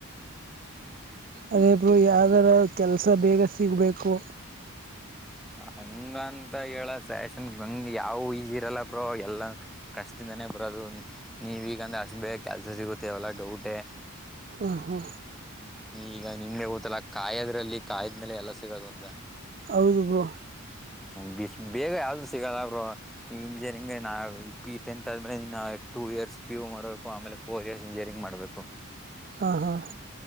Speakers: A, on the right; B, in the centre.
A: ಅದೇಬ ಬ್ರೋ ಯಾವ್ದಾರ ಕೆಲ್ಸ ಬೇಗ ಸಿಗ್ಬೇಕು
B: ಹಂಗ ಅಂತ ಹೇಳ ಸ್ಯಾಷನ್ ಹಂಗ ಯಾವ ಈಜಿ ಇರಲ್ಲ ಬ್ರೋ ಎಲ್ಲ ಕಷ್ಟ ಕಷ್ಟದಿಂದ ನೆ ಬರೋದು ನೀವೀಗ ಅಂದ್ರೆ ಅಷ್ಟ್ ಬೇ ಕೆಲ್ಸ ಸಿಗುತ್ತೇವಲ್ಲ ಡೌಟೇ
A: ಹಾ ಹಾ
B: ಈಗ ನಿಮ್ಗೆ ಗೊತ್ತಲ್ಲ ಕಾಯದ್ರಲ್ಲಿ ಕಾಯಿದ್ಮೇಲೆ ಎಲ್ಲ ಸಿಗೋದು ಅಂತ
A: ಹೌದು ಬ್ರೋ
B: ಬಿಸ್ ಬೇಗ ಯಾವು್ದೂ ಸಿಗೋಲ್ಲ ಅವರು ನೀವು ಇಂಜಿನಿಯರಿಂಗ್ ನಾ ಪಿ ಟೆಂತ್ ಆದ್ಮೇಲೆ ನಿನ್ನ ಟು ಇಯರ್ಸ್ ಪಿ ಯು ಮಾಡ್ಬೇಕು ಆಮೇಲೆ ಫೋರ್ ಇಯರ್ಸ್ ಇಂಜಿನಿಯರಿಂಗ್ ಮಾಡ್ಬೇಕು
A: ಹ ಹಾ